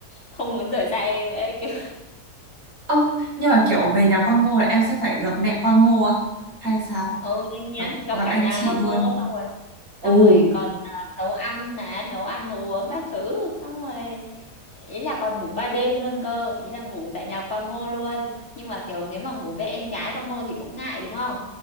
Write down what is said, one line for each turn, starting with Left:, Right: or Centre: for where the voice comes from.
Left: không muốn rời xa em ấy. kiểu
Right: ơ nhưng mà kiểu về nhà Quang Ngô là em sẽ phải gặp mẹ Quang Ngô á hay sao
Left: ừ, đương nhiên
Right: gặp
Left: gặp
Right: gặp
Left: cả
Right: anh
Left: nhà
Right: chị
Left: Quang
Right: luôn
Left: Ngô xong rồi
Right: ồ
Left: xong rồi còn à, nấu ăn nè nấu ăn nấu uống các thứ xong rồi ý là còn ngủ qua đêm luôn cơ ý là ngủ tại nhà qua ngô luôn nhưng mà kiểu nếu mà ngủ với em gái qua ngô thì cũng ngại đúng không